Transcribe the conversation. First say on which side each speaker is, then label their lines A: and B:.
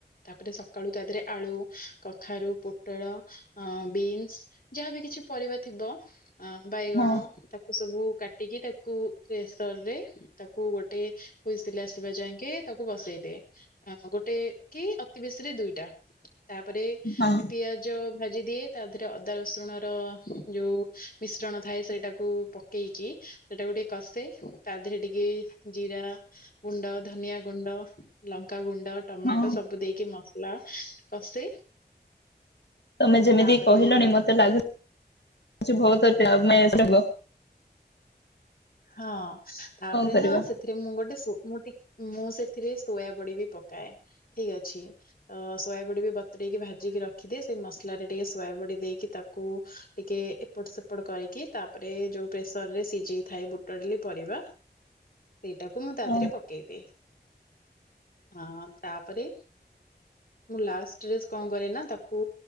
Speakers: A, on the left; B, on the left.
A: ତାପରେ ସକାଳୁ ତା ଦେହରେ ଆଳୁ କଖାରୁ ପୋଟଳ ଅଁ ବିନସ୍ ଯାହାବି କିଛି ପରିବା ଥିବ ଆଁ ବାଇଗଣ
B: ହଁ
A: ତାକୁ ସବୁ କା ଟିକେ ତାକୁ୍ ପ୍ରେସରରେ ତାକୁ ଗୋଟେ ହୁଇସିଲ ଆସ୍ ଥିବା ଯାଏଁକେ ତାକୁ ବସେଇ ଦେଁ ଗୋଟେ କି ଅତି ବେଶୀରେ ଦୁଇଟା। ତାପରେ ଏ
B: ହଁ
A: ପିଆଜ ଭାଜିଦିଏ ତା ଦେହରେ ଅଦା ରସୁଣର ଯୋଉ ମିଶ୍ରଣ ଥାଏ ସେଇଟାକୁ ପକେଇକି ସେଟାକୁ ଟିକେ କଷେ ତା ଦେହରେ ଟିକେ ଜିରା ଗୁଣ୍ଡ ଧନିଆ ଗୁଣ୍ଡ ଲଙ୍କା ଗୁ ଟମାଟୋ
B: ହଁ
A: ସବୁ ଦେଇକି ମ ନା କଷେ
B: ତମେ ଯେମିତି
A: ତାପରେ
B: କହିଲଣି ମତେ ଲାଗୁ ସେ ଭୋଉତ ଡ୍ୟାମେଜ ରହିବ।
A: ହଁ ତାପରେ
B: କରିବା
A: ନା ସେଥିରେ ମୁଁ ଗୋଟେ ସୋ ମୁଁ ଟି ମୁଁ ସେ ଏଥିରେ ସୋୟାବଡି ବି ପକାଏ ଠିକ ଅଛି ଅ ସୋୟାାବଡ଼ି ବି ବତୁରେଇକି ଭାଜିକି ରଖିଦିଏ ସେଇ ମସଲାରେ ଟିକେ ସୋୟାବଡି ଦେଇକି ତାକୁ ଟିକେ ଏପଟ ସେପଟ କରିକି ତାପରେ ଯୋଉ ପ୍ରେସର ରେ ସିଝେଇ ଥାଏ ବୁ ତାଡିଲି ପରିବା ଏଇଟାକୁ ମୁଁ ତା
B: ହଁ
A: ଦେହରେ ପକେଇଦିଏ। ହଁ ତାପରେ ମୁଁ ଲାଷ୍ଟରେ କଣ କରେ ନା ତାକୁ